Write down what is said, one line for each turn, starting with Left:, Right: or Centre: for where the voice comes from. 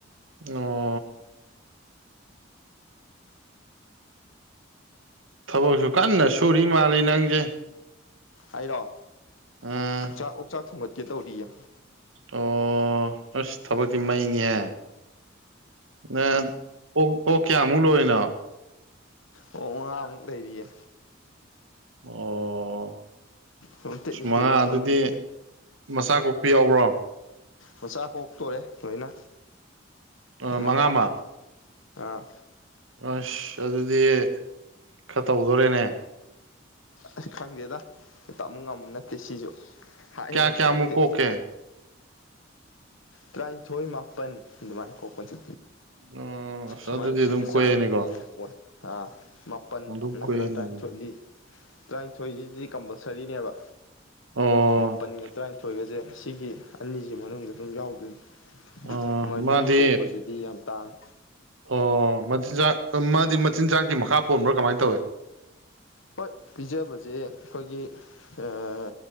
Right: ꯑꯣ ꯊꯕꯛꯁꯨ ꯀꯟꯅ ꯁꯨꯔꯤ ꯃꯥꯜꯂꯤ ꯅꯪꯁꯦ
Left: ꯑꯩꯔꯣ
Right: ꯑꯥ
Left: ꯆꯥꯛ ꯑꯣꯛꯆꯥꯛ ꯊꯣꯡꯒꯠꯀꯦ ꯇꯧꯔꯤꯌꯦ
Right: ꯑꯣ ꯑꯁ ꯊꯕꯛꯇꯤ ꯃꯩꯅꯤꯍ‌ꯦ ꯅꯪ ꯑꯣꯛ ꯑꯣꯛ ꯀꯌꯥꯃꯨꯛ ꯂꯣꯏꯔꯤꯅꯣ
Left: ꯑꯣꯛ ꯃꯉꯥꯃꯨꯛ ꯂꯩꯔꯤꯌꯦ
Right: ꯑꯣ
Left: ꯁꯨꯝ ꯇꯦꯛꯅꯤꯛ
Right: ꯑꯁ ꯃꯉꯥ
Left: ꯇꯦꯛꯅꯤꯛ
Right: ꯑꯗꯨꯗꯤ
Left: ꯇꯧꯔꯤꯃꯤꯗ
Right: ꯃꯆꯥ ꯀꯣꯛꯄꯤ ꯌꯥꯎꯕ꯭ꯔꯣ
Left: ꯃꯆꯥ ꯀꯣꯛꯇꯣꯔꯦ ꯂꯣꯏꯅ
Right: ꯑ
Left: ꯃꯉꯥꯃꯨꯛ
Right: ꯃꯉꯥꯃ
Left: ꯑꯥ
Right: ꯑꯁ ꯑꯗꯨꯗꯤ ꯈꯔ ꯇꯧꯗꯣꯔꯦꯅꯦ
Left: ꯑꯁ ꯈꯪꯗꯦꯗ ꯇꯝ ꯉꯝꯕ ꯅꯠꯇꯦ ꯁꯤꯁꯨ ꯍꯥꯏꯕ
Right: ꯀꯌꯥ
Left: ꯉꯝꯕ
Right: ꯀꯌꯥꯃꯨꯛ
Left: ꯅꯠꯇꯦ
Right: ꯀꯣꯛꯀꯦ
Left: ꯇꯔꯥꯅꯤꯊꯣꯏ ꯃꯥꯄꯟ ꯑꯗꯨꯃꯥꯏ ꯀꯣꯛꯄꯅꯤ
Right: ꯑꯣ ꯑꯁ
Left: ꯁꯨꯃꯥꯏꯅ
Right: ꯑꯗꯨꯗꯤ
Left: ꯁꯤꯒꯤ
Right: ꯑꯗꯨꯝ ꯀꯣꯛꯑꯦꯅꯦꯀꯣ
Left: ꯆꯥꯡꯁꯤꯗ ꯑꯗꯨꯝ ꯀꯣꯏ ꯑ ꯃꯥꯄꯟ
Right: ꯑꯗꯨꯝ
Left: ꯅꯠꯇ꯭ꯔꯒ
Right: ꯀꯣꯛꯑꯦꯅꯦ
Left: ꯇꯔꯥꯅꯤꯊꯣꯏꯗꯤ
Right: ꯑꯗꯨꯗꯤ
Left: ꯇꯔꯥꯅꯤꯊꯣꯏꯁꯤꯗꯤ ꯀꯝꯄꯜꯁꯔꯤꯅꯦꯕ
Right: ꯑꯣ
Left: ꯃꯥꯄꯟꯒ ꯇꯔꯥꯅꯤꯊꯣꯏꯒꯁꯦ ꯑꯁꯤꯒꯤ ꯑꯅꯤꯁꯤ ꯃꯅꯨꯡꯗ ꯑꯗꯨꯝ ꯌꯥꯎꯗꯣꯏꯅꯤ
Right: ꯑꯣ
Left: ꯃꯔꯤ
Right: ꯃꯥꯗꯤ
Left: ꯀꯣꯛꯄꯁꯤꯗꯤ ꯌꯥꯝ ꯇꯥꯡꯉ
Right: ꯑꯣ ꯃꯆꯤꯟꯖꯥꯛ ꯃꯥꯗꯤ ꯃꯆꯤꯟꯖꯥꯛꯀꯤ ꯃꯈꯥ ꯄꯣꯟꯕ꯭ꯔꯥ ꯀꯃꯥꯏꯅ ꯇꯧꯋꯤ
Left: ꯍꯣꯏ ꯄꯤꯖꯕꯁꯦ ꯑꯩꯈꯣꯏꯒꯤ ꯑꯥ